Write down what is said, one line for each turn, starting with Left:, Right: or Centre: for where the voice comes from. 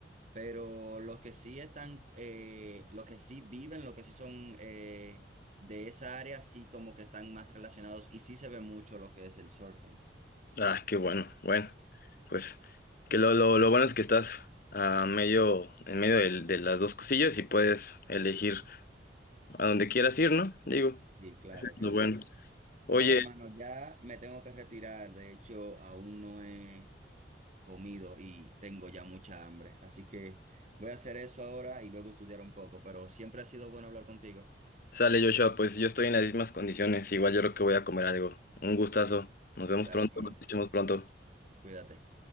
Right: Pero los que sí están, eh, los que sí viven, los que sí son eh, de esa área, sí como que están más relacionados y sí se ve mucho lo que es el surfing.
Left: ah, qué bueno, bueno, pues que lo, lo, lo bueno es que estás a medio, en medio del- de, las dos cosillas y puedes elegir a donde quieras ir, ¿no? Digo,
Right: Y claro, claro.
Left: lo bueno. Oye,
Right: Bueno, hermano, ya me tengo que retirar. De hecho, aún no he comido y tengo ya mucha hambre. Así que voy a hacer eso ahora y luego estudiar un poco. Pero siempre ha sido bueno hablar contigo.
Left: Sale Joshua, pues yo estoy en las mismas condiciones. Igual yo creo que voy a comer algo. Un gustazo. Nos vemos
Right: Dale,
Left: pronto,
Right: hermano,
Left: nos escuchamos pronto.
Right: cuídate.